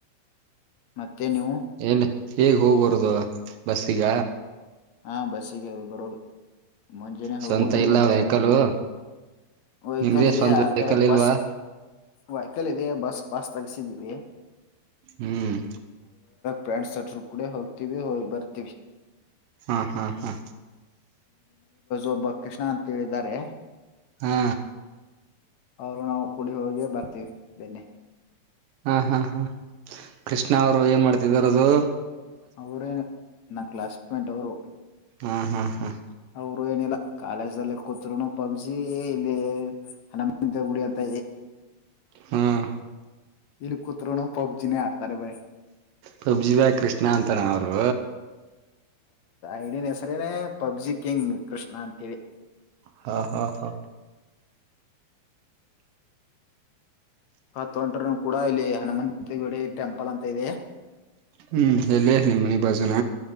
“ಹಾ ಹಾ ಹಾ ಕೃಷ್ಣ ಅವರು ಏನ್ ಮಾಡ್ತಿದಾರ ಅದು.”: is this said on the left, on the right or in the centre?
Right